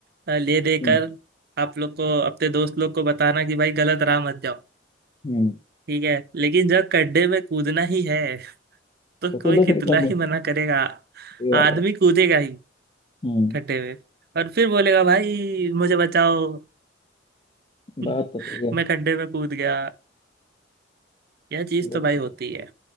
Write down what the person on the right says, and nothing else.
अ, ले देकर
आप लोग को अपने दोस्त लोग को बताना कि भाई गलत राह मत जाओ
ठीक है लेकिन जब गड्ढे में कूदना ही है तो
कोई
कितना
ही
मना करेगा
आदमी
कूदेगा ही
गड्ढे में और फिर बोलेगा भाई मुझे बचाओ <laughs>
मैं गड्ढे में कूद गया यह चीज
तो भाई होती है